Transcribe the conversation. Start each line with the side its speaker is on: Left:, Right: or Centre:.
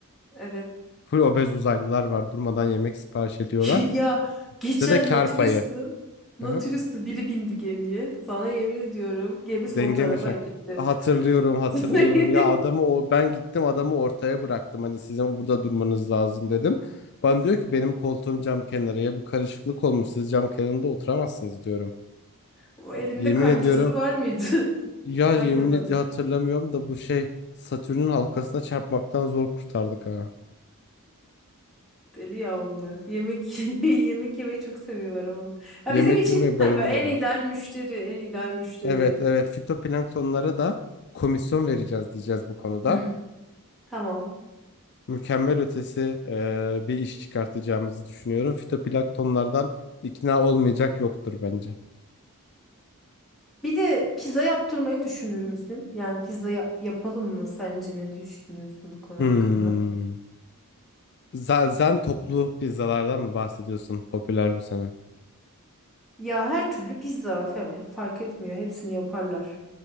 Centre: Evet.
Left: Full obez uzaylılar var durmadan yemek sipariş ediyorlar.
Centre: <laughs> Ya geçen
Left: Size de kar
Centre: Natürüslü
Left: payı.
Centre: Natürüslü
Left: Hı hı.
Centre: biri bindi gemiye. Sana yemin ediyorum gemi sol
Left: Denge
Centre: tarafa
Left: mi şey?
Centre: gitti.
Left: Hatırlıyorum hatırlıyorum.
Centre: <laughs>
Left: Ya adamı o ben gittim adamı ortaya bıraktım. Hani sizin burada durmanız lazım dedim. Bana diyor ki benim koltuğum cam kenarı. Ya bir karışıklık olmuş siz cam kenarında oturamazsınız diyorum.
Centre: O elinde
Left: Yemin
Centre: kancası
Left: ediyorum
Centre: var mıydı? <laughs>
Left: ya
Centre: Aynı
Left: yemin
Centre: adam
Left: ediyorum
Centre: değil
Left: hatırlamıyorum
Centre: mi?
Left: da bu şey Satürn'ün halkasına çarpmaktan zor kurtardık ha.
Centre: Deli ya onlar. Yemek <laughs> yemek yemeyi çok seviyorlar ama. Ya
Left: Yemek
Centre: bizim için
Left: yemeye bayılıyorlar.
Centre: tabii en ideal müşteri, en ideal müşteri.
Left: Evet evet fitoplanktonlara da komisyon vereceğiz diyeceğiz bu konuda.
Centre: <clears throat> Tamam.
Left: Mükemmel ötesi eee, bir iş çıkartacağımızı düşünüyorum. Fitoplanktonlardan ikna olmayacak yoktur bence.
Centre: Bir de pizza yaptırmayı düşünür müsün? Yani pizza yap- yapalım mı sence? Ne düşünüyorsun bu konu
Left: Hmm.
Centre: hakkında?
Left: Za- Zen toplu pizzalardan mı bahsediyorsun popüler bu sene?
Centre: Ya her türlü pizza fa- fark etmiyor. Hepsini yaparlar.